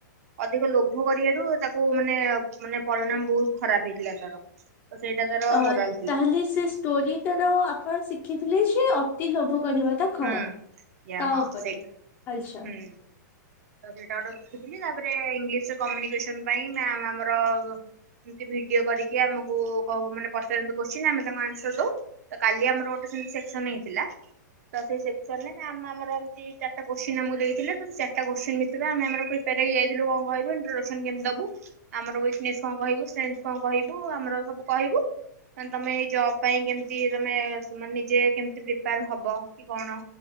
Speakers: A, on the right; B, on the left.
A: ଅଧିକ ଲୋଭ କରିବାରୁ ତାକୁ ମାନେ ମାନେ ପରିଣାମ ବୋହୁତ୍ ଖରାପ ହେଇଥିଲା ତାର। ତ ସେଇଟା ତାର
B: ଅ
A: ମୋରାଲ
B: <unintelligible> ଷ୍ଟୋରିଟାର ଆପଣ ଶିଖିଥିଲେ ସେ ଅତି ଲୋଭ କରିବ ତ ଖରାପ
A: ହୁଁ ୟା
B: ତା
A: ହଁ
B: ଉପରେ
A: ସେଇଟା
B: ଆଛା।
A: ହୁଁ। ତ ସେଇଟା ଗୋଟେ ଶିଖିଥିଲି ତାପରେ ଇଂଲିଶ କମ୍ୟୁନିକେସନ ପାଇଁ ମ୍ୟାମ୍ ଆମର ଏମତି ଭିଡିଓ କରିକି ଆମକୁ ମାନେ ପଚାରନ୍ତି କୋସ୍ଚିନ୍ ଆମେ ତାଙ୍କ ଆନ୍ସର ଦୋଉ ତ କାଲି ଆମର ଗୋଟେ ସେମିତି ସେକ୍ସନ ହେଇଥିଲା। ତ ସେଇ ସେକ୍ସନରେ ମ୍ୟାମ ଆମର ଏମତି ଚାରିଟା କୋସ୍ଚିନ୍ ଆମକୁ ଦେଇଥିଲେ ତ ଚା ତା କୋସ୍ଚିନ୍ ଭିତରେ ଆମେ ଆମର ପ୍ରିପାର ହେଇ ଯାଇଥିଲୁ କଣ କହିବୁ ଇଣ୍ଟଡେସନ୍ କେମିତି ଦବୁ। ଆମର ୱିକ୍ ନେସ୍ କଣ କହିବୁ ସେନ୍ସ୍ କଣ କହିବୁ ଆମର ସବୁ କହିବୁ। ମନେ ତମେ ଏଇ ଜବ୍ ପାଇଁ କେମିତି ତମେ ନିଜେ କେମିତି ପ୍ରିପେୟାର ହବ? କି କଣ